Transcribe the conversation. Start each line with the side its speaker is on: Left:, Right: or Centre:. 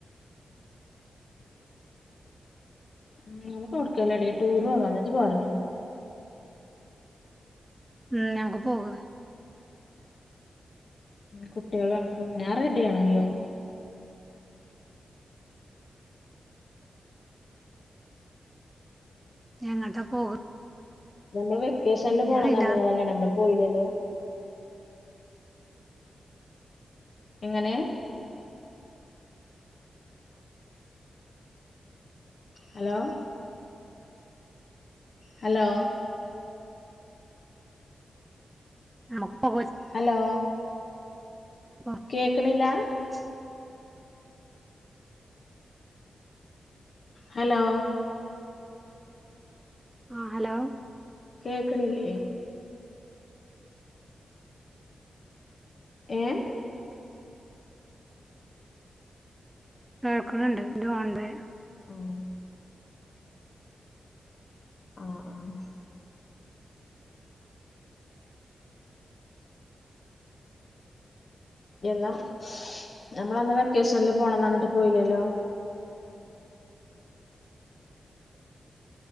Left: ഉം നമുക്ക് അവിടുകേലും എടീ ടൂറ് പോയാലോ ഇജ്ജ് പോരണോ
Right: ഉം ഞമ്മക്ക് പോക
Left: കുട്ടികൾ കണക്കും ഞാൻ റെഡിയാണ് ഇയ്യോ
Right: എങ്ങട്ട പോക
Left: നമ്മള് വെക്കേഷനില് പോണം
Right: ഞാൻ എല്ലാർ
Left: പറഞ്ഞിന്നല്ലോ നമ്മള് പോയില്ലല്ലോ എങ്ങനെ ഹലോ ഹലോ
Right: നമക്ക് പോക
Left: ഹലോ
Right: <unintelligible>
Left: കേക്ക്നില്ല
Right: <unintelligible>
Left: ഹലോ
Right: ആ ഹലോ
Left: കേൾക്കണില്ലേ ഏഹ്
Right: കേൾക്ക്ണണ്ട് ഇത് ഹോൾഡ് ആയ
Left: ആഹ് ആഹ് ആഹ് എന്നാ ഞമ്മളന്ന് വെക്കേഷനിൽ പോണന്ന് പറഞ്ഞിട്ട് പോയില്ലല്ലോ